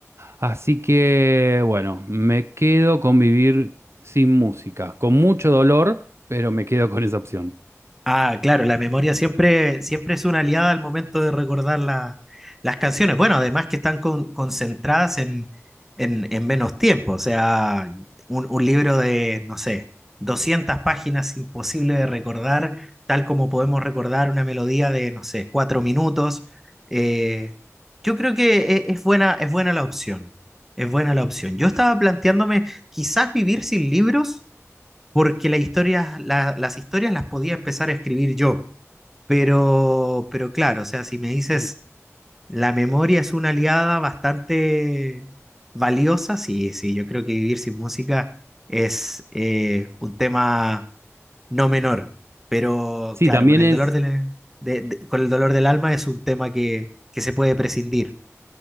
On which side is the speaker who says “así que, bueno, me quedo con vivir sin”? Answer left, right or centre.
Right